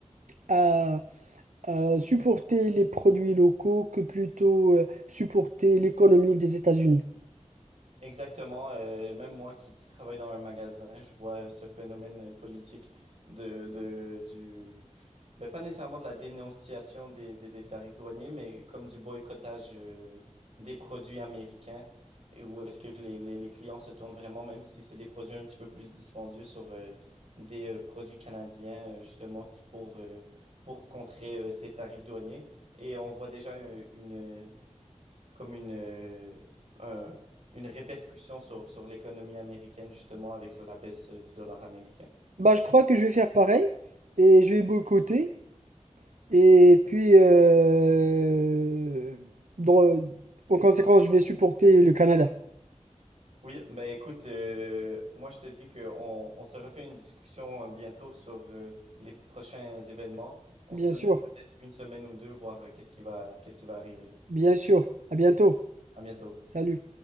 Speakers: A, on the right (about 80°); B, on the right (about 60°).
A: à, à supporter les produits locaux que plutôt euh, supporter l'économie des États-Unis.
B: Exactement, euh, même moi qui, qui travaille dans un magasin, je vois ce phénomène politique de, de du ben pas nécessairement de la dénonciation des, des, des tarifs douaniers, mais comme du boycottage euh, des produits américains, et où est-ce que les, les, les clients se tournent vraiment, même si c'est des produits un petit peu plus dispendieux sur euh, des euh, produits canadiens, euh, justement, qui pour, euh, pour contrer euh, ces tarifs douaniers. Et on voit déjà euh, une, comme une, euh, un- une répercussion sur, sur l'économie américaine, justement, avec la baisse euh, du dollar américain.
A: Bah, je crois que je vais faire pareil et je vais boycotter. Et puis, euh, dans- en conséquence, je vais supporter le Canada.
B: Oui, ben écoute, euh, moi je te dis qu'on on se refait une discussion euh, bientôt sur euh, les prochains événements. On
A: Bien
B: se donne
A: sûr,
B: peut-être une semaine ou deux, voir euh, qu'est-ce qui va, qu'est-ce qui va arriver.
A: bien sûr. À bientôt.
B: À bientôt.
A: Salut.